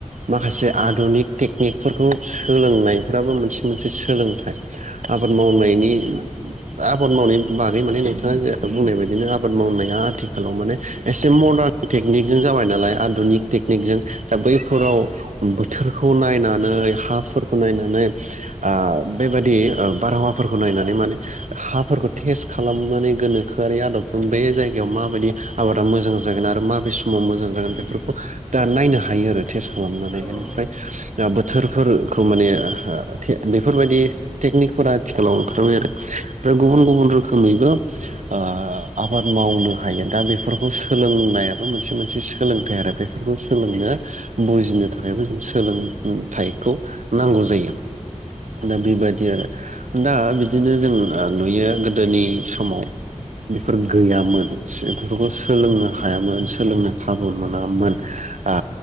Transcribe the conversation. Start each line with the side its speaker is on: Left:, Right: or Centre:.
Right: माखासे
Left: औ
Right: आधुनिक टेकनिक फोरखौ सोलोंनाय फोराबो मोनसे मोनसे सोलोंथाइ। आबाद मावनायनि
Left: औ
Right: आबाद मावनायनि बागै माने नोंथाङा जे बुंनाय बायदिनो आबाद मावनाया आथिखालाव माने एसे मदार्न टेकनिकजों जाबाय नालाय आधुनिक टेकनिकजों दा बैफोराव
Left: औ
Right: बो बोथोरखौ नायनानै हाफोरखौ नायनानै नानै ओ बेबायाददि ओ बारहावाफोरखौ नायनानै माने हाफोरखौ टेस्ट खालामनानै गोनोखोआरि आदबजों बे जायगायाव माबायदि आबादा मोजां जागोन
Left: औ
Right: आरो माबे समाव मोजां जागोन
Left: उम
Right: बेफोरखौ
Left: उम
Right: दा नायनो हा हायो आरो टेस्ट खालामनायानो
Left: औ औ
Right: फ्राय बोथोरफोर खौ माने ओ के बेफोरबायदि टेकनिकफोरा आथिखालाव ओंखारबाय आरो आरो गुबुन गुबुन रोखोमैबो ओ आबाद मावनो हायो दा बेफोरखौ सोलोंनायाबो मोनसे मोनसे सोलोंथाइ आरो बेफोरखौ सोलोंनो बुजिनो थाखायबो जों सो सोलोंथाइखौ नांगौ जायो दा बेबायदि आरो दा बिदिनो जों ओ नुयो गोदोनि समाव बेफोर गैयामोन बेफोरखौ सोलोंनो हायामोन सोलोंनो खाबु मोनामोन ओ